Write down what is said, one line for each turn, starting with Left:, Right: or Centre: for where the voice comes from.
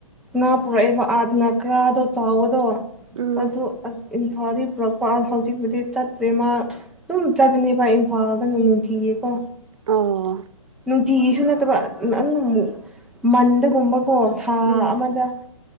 Centre: ꯉꯥ ꯄꯨꯔꯛꯏꯕ ꯑꯥꯠ ꯉꯥ ꯀꯔꯥꯗꯣ ꯆꯥꯎꯕꯗꯣ
Right: ꯎꯝ
Centre: ꯑꯗꯨ ꯏꯝꯐꯥꯜꯗꯤ ꯄꯨꯔꯛꯄ ꯍꯧꯖꯤꯛꯄꯨꯗꯤ ꯆꯠꯇ꯭ꯔꯦ ꯃꯥ ꯑꯗꯨꯝ ꯆꯠꯕꯅꯦꯕꯚ ꯏꯝꯐꯥꯜꯗꯅꯨꯡ ꯅꯨꯡꯊꯤꯌꯦ ꯀꯣ
Right: ꯑꯣ
Centre: ꯅꯨꯡꯇꯤꯒꯤꯁꯨ ꯅꯠꯇꯕꯨ ꯃꯟꯗꯒꯨꯝꯕꯀꯣ ꯊꯥ
Right: ꯎꯝ
Centre: ꯑꯃꯗ